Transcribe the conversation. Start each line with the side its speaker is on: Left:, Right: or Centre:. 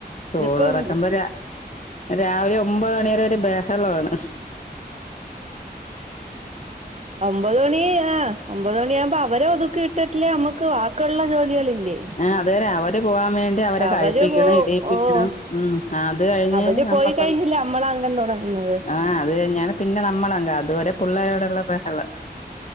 Left: സ്കൂള്
Right: ഇതിപ്പം
Left: റക്കുമ്പോ ര രാവിലെ ഒമ്പഹ് മണിവരെ ഒര് ബഹളവാണ്
Right: ഒമ്പത് മണി ആഹ് ഒമ്പത് മണിയ ആകുമ്പോ അവരെ ഒതുക്കിട്ട് ട്ടില്ലേ നമ്മുക്ക് വാക്കുള്ള ജോലികളില്ലേ
Left: ആഹ് അതുവരെ അവര് പോവാാൻ വേണ്ടി ട്ട് അവരെ
Right: അവര്
Left: കഴിപ്പിക്കണം
Right: പോവും
Left: ഇടിയിപ്പിക്കണം
Right: ഓഹ്
Left: ഉം അത് കഴിഞ്ഞ്
Right: അവര്
Left: നമ്മക്ക്ന്ന്
Right: പോയി കഴിഞ്ഞില്ലേ നമ്മളെ അംഗം തൊടങ്ങുന്നത്
Left: ആഹ് അത് കഴിഞ്ഞാണ് പിന്നെ നമ്മളങ്കംഅത് വരെ പിള്ളേരോടുള്ള ബഹളം